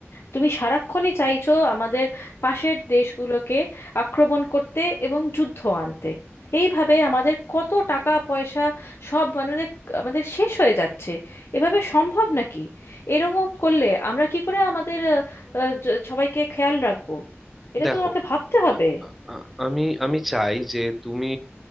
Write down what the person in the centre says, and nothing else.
দেখো
আ- আ- আমি আমি চাই যে তুমি